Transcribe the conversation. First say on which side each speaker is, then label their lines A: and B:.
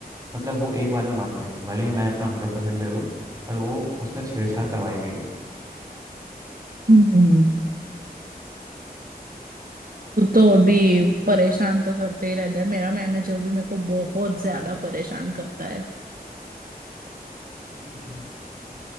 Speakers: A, on the right (about 20°); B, on the right (about 60°).
A: मतलब वो एक बार में मानते नहीं भले ही मैं अपना हंड्रेड परसेंट दे दूँ पर वो उसमें छेड़छाड़ करवाएंगे
B: हम्म वो तो अभी परेशान तो करते ही रहता है मेरा मैनेजर भी मेरे को बहुत ज्यादा परेशान करता है
A: ही।